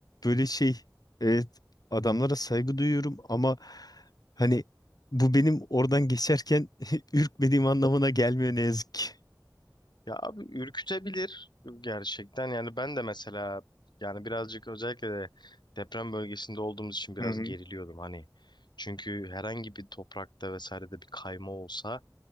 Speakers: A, on the left; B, on the left.
A: böyle şey evet adamlara saygı duyuyorum ama hani bu benim oradan geçerken <laughs> ürkmediğim anlamına gelmiyor ne yazık ki.
B: Ya abi ürkütebilir gerçekten. Yani ben de mesela yani birazcık özellikle de deprem bölgesinde olduğumuz için biraz
A: Hı hı.
B: geriliyordum hani. Çünkü herhangi bir toprakta vesairede bir kayma olsa